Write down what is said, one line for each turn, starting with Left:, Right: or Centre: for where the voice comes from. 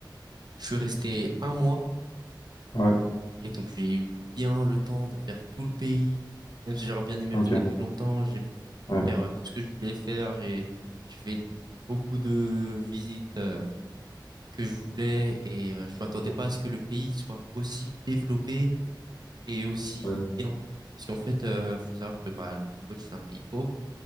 Right: Je suis resté un mois.
Left: Ouais.
Right: Et donc, j'ai eu bien le temps de faire tout le pays. Même si j'aurais bien aimé
Left: Ok.
Right: rester plus longtemps, j'ai pu
Left: Ouais.
Right: faire euh, tout ce que je voulais faire. J'ai, j'ai fait beaucoup de visites euh, que je voulais et euh, je m'attendais
Left: Ok.
Right: pas à ce que le pays soit aussi développé et aussi
Left: Ouais.
Right: bien. Parce qu'en fait, euh, faut savoir que bah, le Cambodge, c'est un pays pauvre.